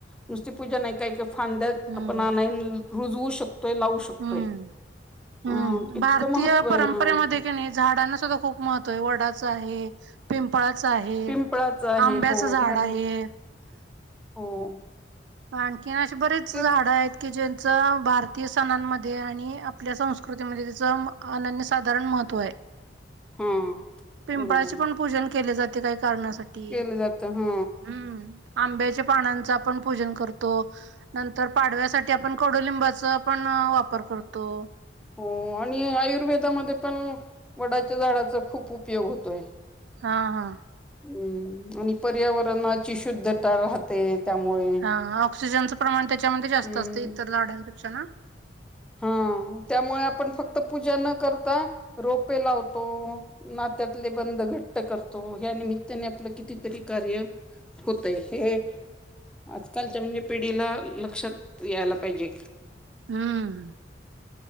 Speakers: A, in the centre; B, on the right.
A: नुसती पूजा नाही, काय का फांद्या
B: हम्म
A: आपण आणय रुजवू शकतोय. लावू शकतोय.
B: हम्म हम्म.
A: अ इतकं
B: भारतीय
A: महत्त्व आहे
B: परंपरेमध्ये
A: हा
B: क नाही, झाडांना सुद्धा खूप महत्त्व आहे. वडाचं आहे, पिंपळाच आहे,
A: पिंपळाचं आहे
B: आंब्याचं
A: हो
B: झाड
A: धार्मिक
B: आहे.
A: हो
B: आणखीन असे बरेच
A: तेच
B: झाड आहेत की ज, चा भारतीय सणांमध्ये आणि आपल्या संस्कृतीमध्ये त्याच अनन्य साधारण महत्त्व आहे.
A: हा
B: पिंपळाचे
A: बरोबर आहे
B: पण पूजन केले जाते. काही कारणासाठी,
A: केलं जातं हा
B: ह आंब्याचा पानांचा आपण पूजन करतो, नंतर पाडव्यासाठी आपण कडुलिंबाचा पण वापर करतो.
A: हो आणि आयुर्वेदामध्ये पण वडाच्या झाडाचा खूप उपयोग होतोय.
B: हां हां.
A: हम्म आणि पर्यावरणाची शुद्धता राहते. त्यामुळे
B: हा ऑक्सिजनचं प्रमाण त्याच्यामध्ये जास्त
A: हम्म
B: असत इतर झाडांपेक्षा, ना?
A: हा त्यामुळे आपण फक्त पूजा न रोपे लावतो. नात्यातले बंद घट्ट करतो, या निमित्ताने आपलं कितीतरी कार्य होतय. हे आजकालच्या, म्हणजे पिढीला, लक्षात यायला पाहिजे की
B: हम्म.